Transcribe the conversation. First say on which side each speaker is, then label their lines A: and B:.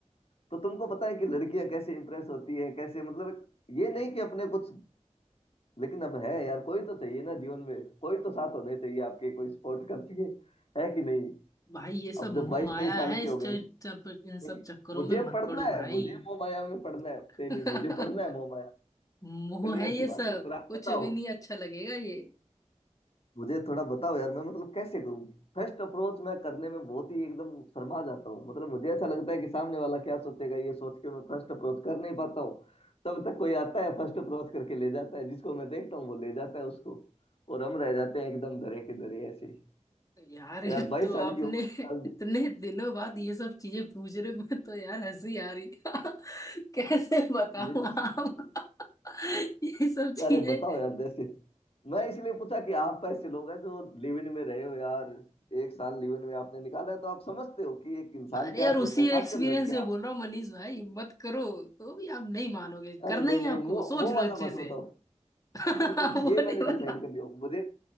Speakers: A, on the left; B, on the left.
A: तो तुमको पता है कि लड़कियां कैसे इंप्रेस होती है कैसे मतलब एक- ये नहीं कि अपने कुछ लेकिन अब है यार कोई तो चाहिए ना जीवन में कोई तो साथ
B: कम
A: होने चाहिए आपके कोई सपोर्ट कर सके है कि नहीं
B: भाई ये सब
A: अब
B: मोह
A: जब बाईस
B: माया
A: तेईस साल
B: है
A: के
B: इस
A: हो गए
B: च, चप-
A: नहीं
B: इन सब चक्करों
A: मुझे
B: में मत
A: पढ़ना
B: पड़ो
A: है
B: भाई
A: मुझे मोह माया में पढ़ना है नहीं
B: <laughs>
A: नहीं मुझे पढ़ना है मोह माया
B: मोह
A: क्लियर
B: है ये
A: सी बात
B: सब
A: है पर आप
B: कुछ
A: बताओ
B: भी नहीं अच्छा लगेगा ये
A: मुझे थोड़ा बताओ यार मैं मतलब कैसे करूं फर्स्ट अप्रोच मैं करने में बहुत ही एकदम शर्मा जाता हूँ मतलब मुझे ऐसा लगता है कि सामने वाला क्या सोचेगा ये सोच के मैं फर्स्ट अप्रोच कर नहीं पाता हूँ तब तक कोई आता है फर्स्ट अप्रोच करके ले जाता है जिसको मैं देखता हूँ वो ले जाता है उसको और हम रह जाते हैं एकदम धरे के धरे ऐसे ही
B: यार
A: तो
B: एक
A: यार बाईस
B: तो
A: साल
B: आपने
A: की उम्र निकाल दी
B: इतने दिनों बाद ये सब चीजें पूछ रहे हो, मैं तो यार हंसी आ रही <laughs> कैसे बताऊं
A: लिटिल
B: आप <laughs> ये सब चीजें
A: अरे बताओ यार जैसे मैं इसलिए पूछा कि आप ऐसे लोग हैं जो लिव इन में रहे हो यार एक साल लिव इन में आपने निकाला है तो आप समझते हो कि एक इंसान
B: अरे
A: क्या
B: यार उसी
A: सोचता है खासकर
B: एक्सपीरियंस
A: लड़कियां
B: से बोल रहा हूँ मनीष भाई मत करो तो भी आप नहीं मानोगे
A: अरे
B: करना
A: नहीं
B: ही
A: नहीं
B: है आपको
A: वो
B: सोच
A: वो
B: लो
A: वाला
B: अच्छे
A: मत
B: से
A: बताओ
B: <laughs> वो
A: बिल्कुल ये
B: नहीं
A: मैंने
B: बना
A: डिसाइड कर लिया मुझे